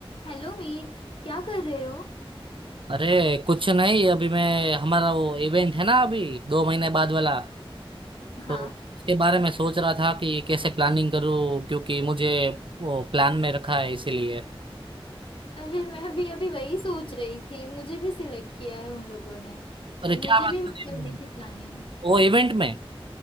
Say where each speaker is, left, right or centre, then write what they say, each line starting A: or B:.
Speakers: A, on the left; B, on the right.
A: Hello Meet क्या कर रहे हो
B: अरे कुछ नहीं अभी मैं हमारा वो इवेंट है ना अभी दो महीने बाद वाला
A: हाँ
B: तो उसके बारे में सोच रहा था कि कैसे प्लानिंग करूँ क्योंकि मुझे वो प्लान में रखा है इसीलिए
A: अरे मैं भी अभी वही सोच रही थी मुझे भी सिलेक्ट किया है उन लोगों ने
B: अरे
A: तो मुझे
B: क्या बात
A: भी
B: कर रही
A: करनी
B: हो
A: थी प्लानिंग
B: वो इवेंट में